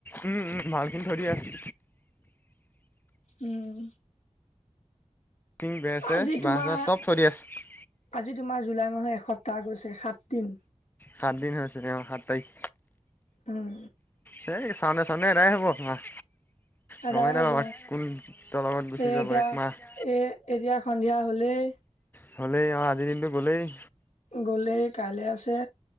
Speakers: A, on the left (about 15°); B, on the left (about 75°).
A: উম উম ভালখিনি ধৰি আছো
B: উম
A: িং বোৰ
B: আজি
A: বছোৰ
B: তোমাৰ
A: চব চলি আছে
B: আজি তোমাৰ জুলাই মাহৰ এসপ্তাহ গৈছে সাত দিন
A: সাত দিন হৈছে তেওঁ অ সাত তাৰিখ
B: উম
A: সেইয় চাউনে চাউনে এৰাই হ'ব আপোনাৰ
B: আদায়
A: গমেই
B: হব
A: নাপাবা কোন তল লগত গুচি
B: এই
A: যাব
B: এতিয়া
A: একমাহ
B: এ এতিয়া সন্ধিয়া হলেই
A: হ'লেই আৰু আজিৰ দিনটো গ'লেই
B: গ'লেই কাইলৈ আছে